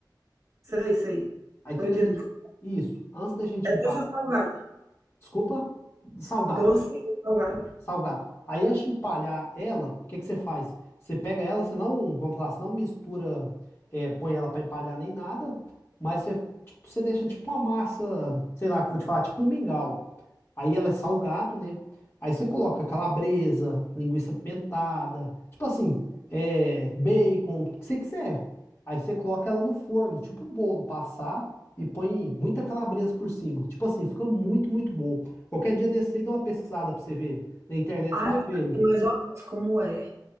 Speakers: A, on the right; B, on the left.
A: sei, sei.
B: Aí o
A: Tô
B: que
A: entendendo.
B: que a gente. Isso, antes da gente
A: É
B: empalhar.
A: doce ou salgado?
B: Desculpa, salgado.
A: Doce ou salgado?
B: Salgado. Aí antes de empalhar ela, o que que você faz? Você pega ela, você não, vamos falar, você não mistura, é, põe ela pra empalhar nem nada, mas você, tipo, você deixa tipo uma massa, sei lá, que eu vou te falar, tipo um mingau. Aí ela é salgado, né? Aí você coloca calabresa, linguiça pimentada, tipo assim, é, bacon, o que você quiser. Aí você coloca ela no forno, tipo um bolo, passar e põe muita calabresa por cima. Tipo assim, fica muito, muito bom. Qualquer dia desse aí, dá uma pesquisada pra você ver. Na internet
A: Ah,
B: você vai
A: eu já
B: ver aí.
A: sei mais ou menos como é.